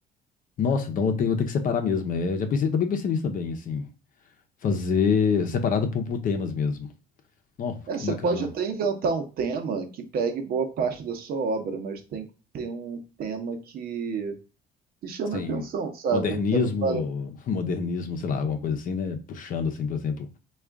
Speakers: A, on the left (about 50°); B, on the right (about 60°).
A: Nossa, então eu tenho, vou ter que separar mesmo. É, já pensei, também pensei nisso também, assim. Fazer separado por, por temas mesmo. Ó,
B: É,
A: que
B: você
A: bacana.
B: pode até inventar um tema que pegue boa parte da sua obra, mas tem que ter um tema que, que chame
A: Sim.
B: a atenção, sabe?
A: Modernismo,
B: Um tema que vale
A: <laughs> modernismo, sei lá, alguma coisa assim, né? Puxando, assim, por exemplo.